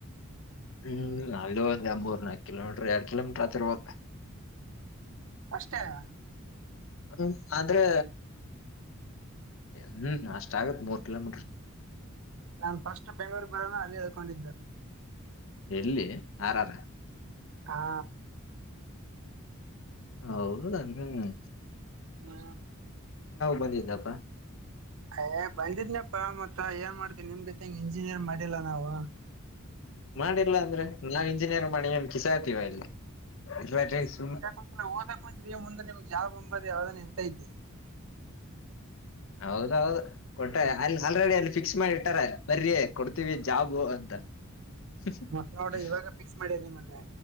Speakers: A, on the left; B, on the right.
A: ಹ್ಮ್ ಅಲ್ಲೂ ಒಂದು ಮೂರ್ ನಾಕ್ ಕಿಲೋಮೀಟರ್ ಎರಡು ಕಿಲೋಮೀಟರ್ ಆತಿರ್ಬೇಕ್.
B: ಅಷ್ಟೆ ಯಾ.
A: ಅದುನ್ ಆದ್ರೆ ಏ ಹ್ಮ್ ಅಷ್ಟ ಆಗತ್ ಮೂರ್ ಕಿಲೋಮೀಟರ್.
B: ನಾನ್ ಫಸ್ಟ್ ಬೆಂಗ್ಳೂರ್ ಬರನ ಅಲ್ಲೆ ಈಳ್ಕೊಂಡಿದ್ದ.
A: ಎಲ್ಲಿ ಆರಾರ.
B: ಹಾ
A: ಹೌದನ.
B: ಹ್ಮ
A: ಬಂದಿದನಪ್ಪ.
B: ಏ ಬಂದಿದ್ನಪ್ಪ ಮತ್ತ ಏನ್ ಮಾಡ್ತಿ ನಿಮ್ ಗತೆ ಇಂಜಿನಿಯರ್ ಮಾಡಿಲ್ಲ ನಾವು.
A: ಮಾಡಿಲ್ಲಾ ಅಂದ್ರೆ ನಾವ್ ಇಂಜಿನಿಯರ್ ಮಾಡಿ ಕಿಸ್ಯತಿವ ಇಲ್ಲಿ. ಇರ್ಲಾರ್ದೆ
B: <unintelligible>
A: ಸುಮ್
B: ಓದಕ್ ಕುಂತ್ರಿ ಮುಂದ ನಿಮ್ಗ್ ಜಾಬ್ ಅಂಬದ ಯಾವದಾನ ಇರ್ತೈತಿ. ಹ
A: ಹೌದೌದು ಕೊಟ್ಟ ಅಲ್ ಆಲ್ರೆಡಿ ಅಲ್ಲಿ ಫಿಕ್ಸ್ ಮಾಡಿ ಇಟ್ಟಾರ ಬರ್ರಿ ಕೊಡ್ತೀವಿ ಜಾಬು ಅಂತ. ಹ್
B: ಮತ್ ನೋಡ
A: ಹ್
B: ಇವಾಗ ಫಿಕ್ಸ್ ಮಾಡ್ಯದ ನಿಮಗ